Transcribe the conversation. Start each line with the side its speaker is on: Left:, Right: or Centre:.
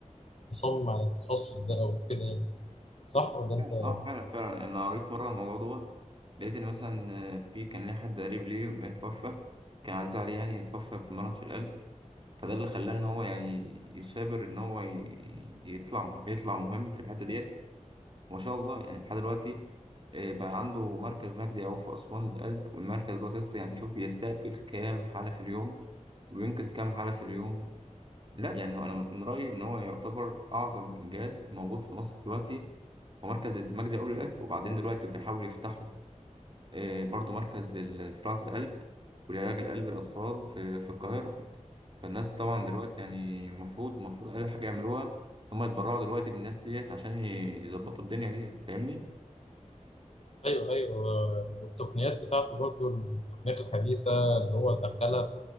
Left: يصمم على التخصص ده أو كده يعني صح ولا أنت؟
Right: فعلا اه فعلا فعلا انا قريت مره عن الموضوع دوت لقيت ان مثلا آه، في كان ليه حد قريب ليه اتوفى كان عزيز عليه يعني اتوفى بمرض في القلب فده اللي خلاه ان هو يعني يثابر ان هو ي- يطلع يطلع مهم في الحته ديت ما شاء الله يعني لحد دلوقتي آه، بقى عنده مركز مجدي يعقوب في اسوان للقلب والمركز ده قسط يعني شوف بيستقبل كام حاله في اليوم وينقذ كام حاله في اليوم لا يعني هو انا من رايي ان هو يعتبر اعظم انجاز موجود في مصر دلوقتي هو مركز المجدي اول القلب وبعدين دلوقتي بيحاول يفتحوا آه، برضو مركز لزراعه القلب ولعلاج القلب للاطفال في في القاهره فالناس طبعا دلوقتي يعني المفروض المفروض اقل حاجه يعملوها هم يتبرعوا دلوقتي للناس ديت عشان ي- يظبطوا الدنيا ديت فاهمني
Left: أيوه أيوه والتقنيات بتاعته برضه التقنيات الحديثة اللي هو دخلها